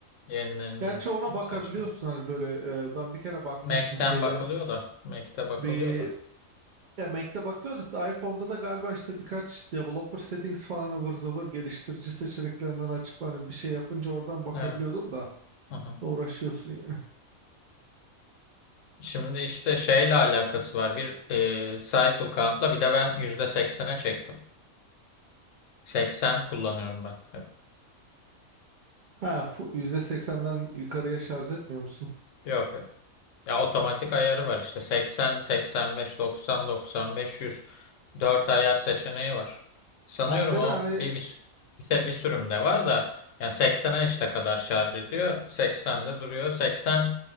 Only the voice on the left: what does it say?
yenilerinde.
Saçma.
Mac'ten
bakılıyor da. Mac'te bakılıyor
da.
Evet.
Hı hı.
Şimdi işte şeyle alakası var. Bir e, cycle count'la bir de ben yüzde seksene çektim. 80 kullanıyorum ben. Hep.
Yok. Ya otomatik ayarı var işte 80, 85, 90, 95, 100 4 ayar seçeneği var. Sanıyorum
o
bir, bir, bir, bir sürümde var da yani 80'e işte kadar şarj ediyor. 80'de duruyor. 80